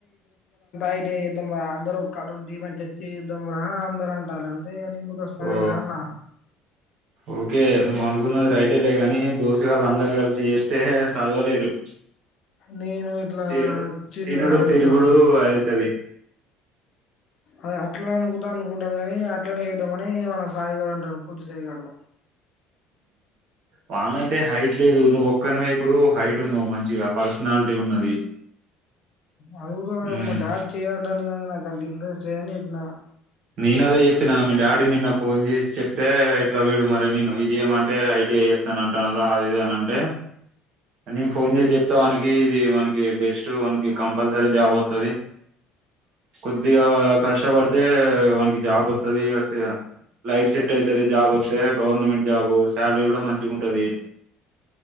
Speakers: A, on the left; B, on the right.
A: ఐటి ఐ చేద్దాం రా అందరం ఒక్కకడా ఉండి చేద్దాం రా అని అందరు టాలు అదే నిను కూడా వస్తా
B: ఓ
A: లేరా అన్నా
B: ఓకే నువ్వు అనుకున్నది రైటే లే కాని దోస్తుగాళ్ళ అందరు కలిసి చేస్తే చదవలేరు
A: నేను ఇట్లా
B: తినుడు
A: చిన్న
B: తినుడు
A: అడగ
B: తిరుగుడు
A: ఇట్లా
B: అయితది
A: అ అట్లా అను అనుకుంటాను కాని అట్లనే చేద్దామని మన సాయి గాడు అంటాడు పొట్టి సాయి గాడు
B: వాందంటే హైట్ లేదు నువ్వు ఒ ఒక్కనవ ఇప్పుడు హైట్ ఉన్నావు మంచిగా పర్సనాలిటీ ఉన్నది
A: అది కూడా
B: ఉమ్
A: మ డాడి చేయి అంటండు కానీ నాకు అంత ఇంట్రెస్ట్ లే అని చె నా
B: ననదే చెప్పిన ఆ మీ డాడీ నిన్న ఫోన్ చేసి చెప్తే ఇట్లా వీడు మరిే నేను ఇది ఏమంటే ఐటీ చెత్త ంటాను రా అది ఇద అని అంటే నేను ఫోన్ చేసి చెప్తానకి ఇది మనకి బెస్ట్ మనకి కంపల్సరీ జాబ్ వతుది కొద్దిగా కష్టపడితే వానికి జాబ్ వస్తుది ఈక ైఫ్ సెట్ అవుతది జాబ్ వస్తే గవర్నమెంట్ జాబు శాలరీ కూడా మంచిగా ఉంటది